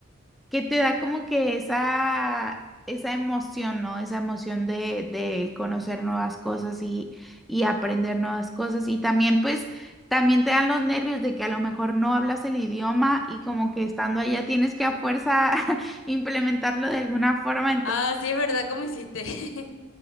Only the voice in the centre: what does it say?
que te da como que esa, esa emoción, ¿no? Esa emoción de, de conocer nuevas cosas y, y aprender nuevas cosas. Y también, pues, también te dan los nervios de que a lo mejor no hablas el idioma y como que estando allá tienes que a fuerza <laughs> implementarlo de alguna forma.